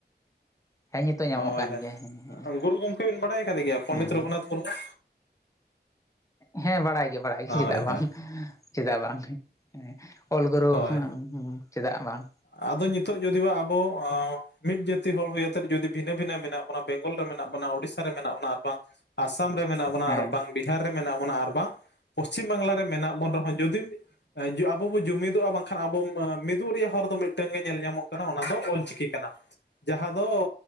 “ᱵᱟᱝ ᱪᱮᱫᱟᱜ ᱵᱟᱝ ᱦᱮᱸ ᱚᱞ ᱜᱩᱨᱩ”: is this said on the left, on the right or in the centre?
Left